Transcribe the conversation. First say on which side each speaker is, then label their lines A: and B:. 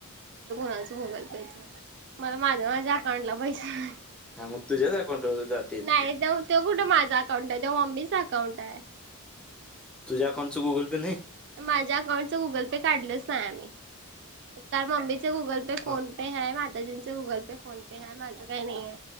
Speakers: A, on the right; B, in the centre.
A: माझा मोबाईल घ्यायचा मला माझ्या माझ्या अकाउंटला पैसे
B: हा मग तुझ्याच अकाउंटवर जाते
A: नाही
B: की
A: त्यो त्यो ममकुठं माझा अकाउंट आहे ते मम्मीच काउंट आहे
B: तुझ्या अकाउंटचं गुगल पे नाही.
A: माझ्या अकाउंटचं गुगल पे काढलंच नाही आम्ही. <unintelligible> गुगल पे फोन
B: हा,
A: पे आहे माझं काही नाहीे ये.